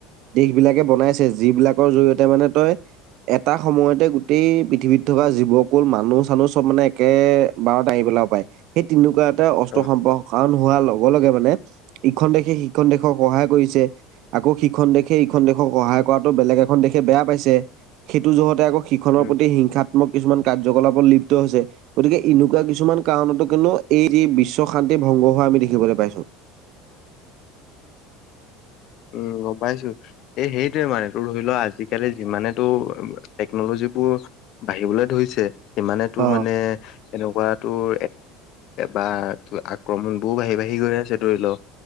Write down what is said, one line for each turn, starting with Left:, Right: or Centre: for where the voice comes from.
Right: দেশ বিলাকে বনাইছে যিবিলাকৰ জৰিয়তে মানে তই এটা সময়তে গোটেই পৃথিৱীত থকা জীৱকুল মানুহ চানুহ চব মানে একে বাৰত দাঙি পেলাও পায় সেই তেনেকুৱা অস্ত্ৰ
Left: অ
Right: সম্প কাৰণ হোৱাৰ লগে লগে মানে ইখন দেশে শ দেশক সহায় কৰিছে আকৌ সিখন দেশে ইখন দেশক সহায় কৰাতো বেলেগ এখন দেশে বেয়া পাইছে সেইটো জহতে আকৌ সিখনৰ
Left: উম
Right: প্ৰতি হিংসা কিছুমান কাৰ্যকলাপত লিপ্ত হৈছে গতিকে এনেকুৱা কিছুমান কাৰণতো কিন্তু এই যি বিশ্ব শান্তি ভংগ হোৱা আমি দেখিবলৈ পাইছো
Left: উম গম পাইছো এই সেইটোোৱে মানে তোৰ ধৰি লোৱা আজিিকালি যিমানে তো টেকনলজি যোৰ বাঢ়িবলৈ ধৰিছে সিমানে তোৰ
Right: অ'।
Left: মানে এনেকুৱ তোৰ বা আক্ৰমণ বোৰ বাঢ়ি বাঢ়ি গৈ আছে ধৰি লওক